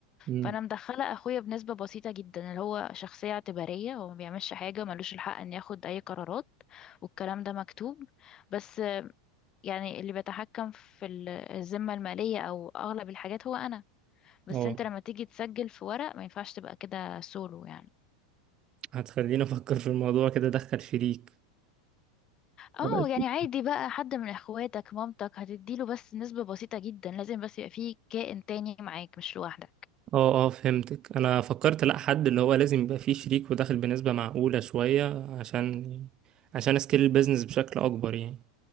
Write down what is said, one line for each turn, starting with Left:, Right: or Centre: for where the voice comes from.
Right: مم.
Left: فأنا مدخلة أخويا بنسبة بسيطة جدا اللي هو شخصية اعتبارية هو ما بيعملش حاجة ملوش الحق إن ياخد أي قرارات والكلام ده مكتوب بس آه، يعني اللي بيتحكم في ال- الذمة المالية أو أغلب الحاجات هو أنا بس
Right: اه
Left: أنت لما تيجي تسجل في ورق ما ينفعش تبقى كده سولو يعني
Right: هتخليني أفكر في الموضوع كده أدخل شريك
Left: اه
Right: ابقى
Left: يعني
Right: شريك
Left: عادي بقى حد من اخواتك مامتك هتديله بس نسبة بسيطة جدا لازم بس يبقى فيه كائن تاني معاك مش لوحدك
Right: اه اه فهمتك أنا فكرت لأ حد اللي هو لازم يبقى فيه شريك وداخل بنسبة معقولة شوية عشان عشان أسكيل البيزنس بشكل أكبر يعني